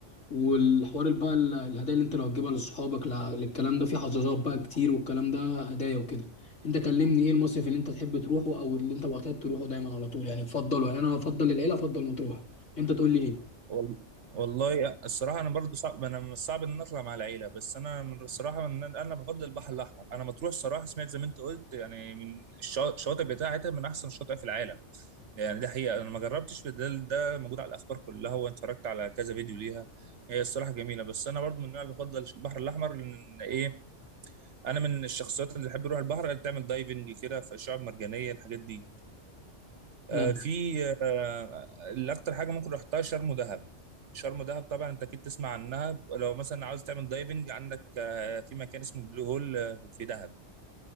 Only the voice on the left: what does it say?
والحوار بقى ال- الهدايا اللي انت لو هتجيبها لاصحابك لا- للكلام ده في حظاظات بقى كتير والكلام ده هدايا وكده انت كلمني ايه المصيف اللي انت تحب تروحه او اللي انت معتاد تروحه دايما على طول يعني تفضله يعني انا بفضل العيله افضل مطروح انت تقول لي ايه
نعم